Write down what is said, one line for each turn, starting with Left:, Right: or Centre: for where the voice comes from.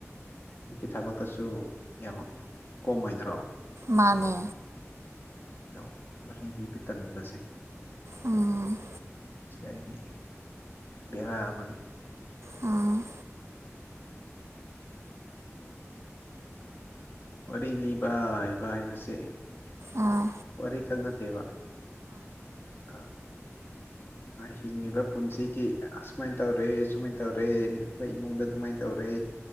Left: ꯑꯩꯒꯤ ꯊꯕꯛꯇꯁꯨ ꯌꯥꯝꯅ ꯀꯣꯝꯃꯣꯏꯗꯔꯣ
Right: ꯃꯥꯅꯦ
Left: ꯑꯗꯣ ꯋꯥꯔꯤ ꯂꯤꯕ ꯇꯟꯕꯁꯦ
Right: ꯎꯝ
Left: ꯃꯁꯤ ꯑꯩꯒꯤ ꯕꯦꯔꯥ ꯑꯃꯅꯤ
Right: ꯎꯝ
Left: ꯋꯥꯔꯤ ꯂꯤꯕ ꯍꯩꯕ ꯍꯥꯏꯕꯁꯦ
Right: ꯑꯥ
Left: ꯋꯥꯔꯤ ꯈꯛ ꯅꯠꯇꯦꯕ ꯑ ꯍꯤꯡꯉꯤꯕ ꯄꯨꯟꯁꯤꯒꯤ ꯑꯁꯨꯃꯥꯏꯅ ꯇꯧꯔꯦ ꯁꯨꯃꯥꯏꯅ ꯇꯧꯔꯦ ꯑꯩꯈꯣꯏ ꯏꯃꯨꯡꯗ ꯑꯗꯨꯃꯥꯏꯅ ꯇꯧꯔꯦ